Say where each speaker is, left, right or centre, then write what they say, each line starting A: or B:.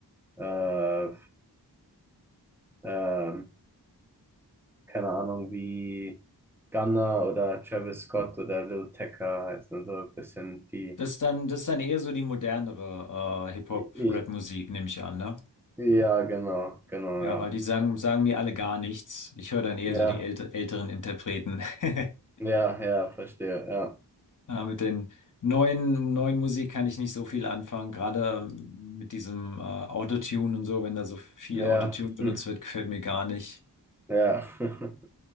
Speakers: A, in the centre; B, on the left (about 50°).
A: äh, ähm, keine Ahnung, wie Gunna oder Travis Scott oder Lil Tecca heißen, so ein bisschen die.
B: Das ist dann, das ist dann eher so die modernere äh, Hip-Hop-Rap-Musik,
A: I- I-
B: nehme ich an, ne?
A: Ja, genau, genau,
B: Ja,
A: ja.
B: weil die sagen, sagen mir alle gar nichts. Ich höre dann eher
A: Ja,
B: so die älte, älteren Interpreten. <laughs>
A: ja, ja, verstehe, ja.
B: Äh, Mit den neuen, neuen Musik kann ich nicht so viel anfangen. Gerade ähm, mit diesem äh, Autotune und so, wenn da so viel
A: Ja,
B: Autotune benutzt
A: hm,
B: wird, gefällt mir gar nicht.
A: ja, <laughs>